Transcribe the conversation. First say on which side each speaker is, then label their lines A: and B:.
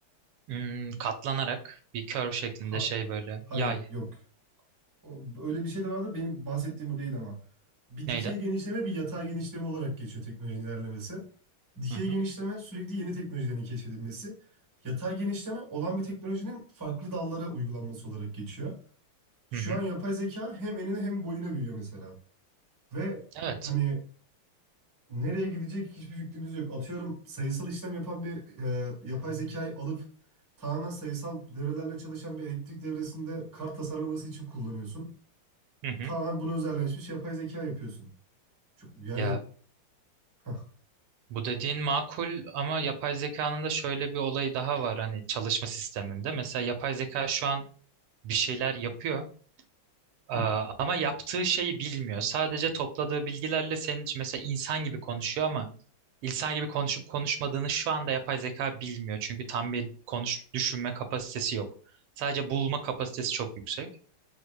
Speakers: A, on the right; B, on the right.
A: Hmm, katlanarak bir kör şeklinde
B: Ha,
A: şey böyle
B: hayır
A: yay
B: yok. O- Öyle bir şey de vardı. Benim bahsettiğim bu değil ama. Bir
A: neydi?
B: dikey genişleme bir yatay genişleme olarak geçiyor teknolojinin ilerlemesi. Dikey
A: Hı hı.
B: genişleme sürekli yeni teknolojilerin keşfedilmesi. Yatay genişleme olan bir teknolojinin farklı dallara uygulanması olarak geçiyor. Şu
A: Hı hı.
B: an yapay zeka hem enine hem boyuna büyüyor mesela. Ve
A: Evet.
B: hani nereye gidecek hiçbir fikrimiz yok. Atıyorum sayısal işlem yapan bir e, yapay zekayı alıp tamamen sayısal devrelerle çalışan bir elektrik devresinde kart tasarlaması için kullanıyorsun
A: Hı hı.
B: tamamen buna özelleşmiş yapay zeka yapıyorsun. Çok, yani
A: Ya
B: hah,
A: bu dediğin makul ama yapay zekanın da şöyle bir olayı daha var hani çalışma sisteminde. Mesela yapay zeka şu an bir şeyler yapıyor aa,
B: hı,
A: ama yaptığı şeyi bilmiyor. Sadece topladığı bilgilerle senin için mesela insan gibi konuşuyor ama İnsan gibi konuşup konuşmadığını şu anda yapay zeka bilmiyor. Çünkü tam bir konuş düşünme kapasitesi yok. Sadece bulma kapasitesi çok yüksek.